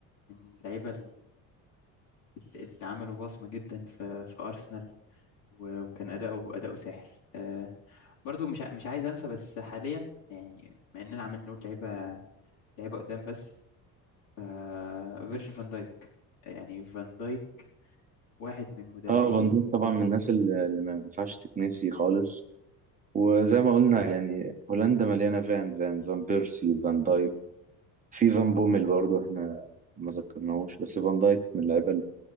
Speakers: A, on the left; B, on the right.
A: من اللعيبة اللي عملوا بصمة جدا في في أرسنال و- وكان أداؤه أداؤه ساحر آه، برضو مش ع- مش عايز أنسى بس حاليا يعني مع إننا عمالين نقول لعيبة لعيبة قدام بس آه، فيرجيل فان دايك يعني فان دايك واحد من مدافعين
B: اه فان ديك طبعا من الناس اللي اللي ما ينفعش تتنسي خالص وزي ما قلنا يعني هولندا مليانة فان فان فان بيرسي فان دايك في فان بوميل برضو احنا ما ذكرناهوش بس فان دايك من اللعيبة